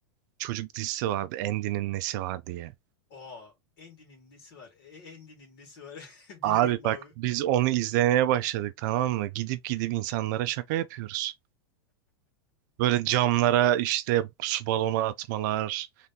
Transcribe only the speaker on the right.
çocuk dizisi vardı. Andy'nin nesi var diye.
Abi
bak biz onu izlemeye başladık tamam mı? Gidip gidip insanlara şaka yapıyoruz. Böyle camlara işte su balonu atmalar.